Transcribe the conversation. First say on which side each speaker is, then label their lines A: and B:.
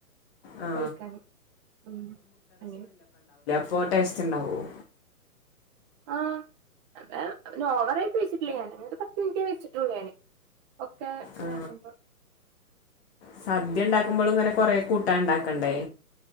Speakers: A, on the left; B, on the right.
A: ആ
B: കഴിക്കാന് ഉം അങ്ങനെ.
A: അപ്പോ ടേസ്റ്റ് ഉണ്ടാകുവോ?
B: ആ <unintelligible> പിന്നെ ഓവറായിട്ട് വെച്ചിട്ടില്ല ഞാൻ ഒരു പത്ത് മിനിറ്റെ വെച്ചിട്ടുള്ളൂ ഞാന്. ഒക്കെ
A: ആ
B: നാക്കുമ്പം.
A: സദ്യ ഉണ്ടാക്കു ക്കുമ്പോളം ഇങ്ങനെ കൊറെ കൂട്ടാൻഉണ്ടാക്കണ്ടേ.